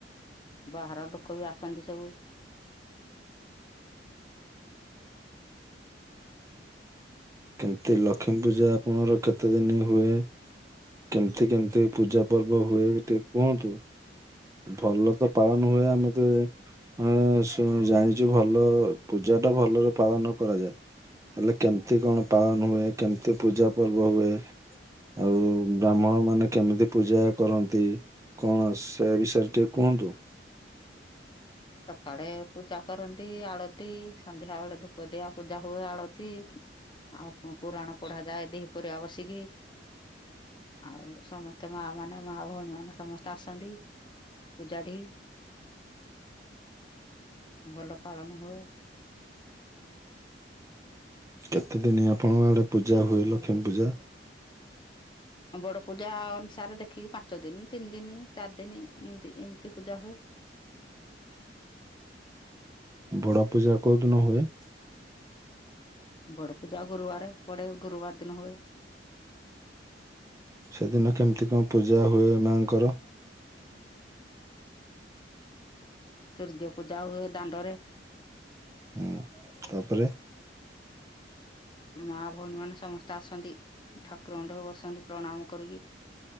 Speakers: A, on the left; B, on the right.
A: ବାହାର ଲୁ କୋ ବି ଆସନ୍ତି ସବୁ।
B: କେମତି ଲକ୍ଷ୍ମୀ ପୂଜା ଆପଣଙ୍କର କେତେ ଦିନ ହୁଏ? କେମତି କେମତି ପୂଜା ପର୍ବ ହୁଏ ଟିକେ କୁହନ୍ତୁ? ଭଲ ତ ପାଳନ ହୁଏ ଆମେ ତ ହଁ ଶୁଣୁ ଜାଣିଚୁ ଭଲ ପୂଜାଟା ଭଲରେ ପାଳନ କରାଯାଏ। ହେଲେ କେମତି କଣ ପାଳନ ହୁଏ କେମତି ପୂଜା ପର୍ବ ହୁଏ? ଆଉ ବ୍ରାହ୍ମଣ ମାନେ କେମିତି ପୂଜା କରନ୍ତି କଣ ସେ ବିଷୟରେ ଟିକେ କୁହନ୍ତୁ?
A: ସକାଳେ ପୂଜା କରନ୍ତି ଆଳତି ସନ୍ଧ୍ୟା ବେଳେ ଧୂପ ଦିଆ ପୂଜା ହୁଏ ଆଳତି ଆଉ ପୁରାଣ ପଢା ଯାଏ ଦିହିପରିଆ ବସିକି ଆଉ ସମସ୍ତେ ମା ମାନେ ମା ଭଉଣୀ ମାନେ ସମସ୍ତେ ଆସନ୍ତି ପୂଜାଠି ଭଲ ପାଳନ ହୁଏ।
B: କେତେ ଦିନି ଆପଣଙ୍କ ଆଡ଼େ ପୂଜା ହୁଏ ଲକ୍ଷ୍ମୀ ପୂଜା?
A: ବଡ଼ ପୂଜା ଅନୁସାରେ ଦେଖିକି ପାଞ୍ଚ ଦିନି ତିନି ଦିନି ଚାରି ଦିନି ଏମତି ଏମିତି ପୂଜା ହୁଏ।
B: ବଡ଼ ପୂଜା କୋଉ ଦିନ ହୁଏ?
A: ବଡ ପୂଜା ଗୁରୁବାରରେ ପଡେ ଗୁରୁବାର ଦିନ ହୁଏ।
B: ସେଦିନ କେମିତି କଣ ପୂଜା ହୁଏ ମାଆଙ୍କର?
A: ସୂର୍ଯ୍ୟ ପୂଜା ହୁଏ ଦାଣ୍ଡରେ।
B: ଉଁ ତାପରେ
A: ମା ଭଉଣୀ ମାନେ ସମସ୍ତେ ଆସନ୍ତି ଠାକୁର <unintelligible> ବସନ୍ତି ପ୍ରଣାମ କରିକି।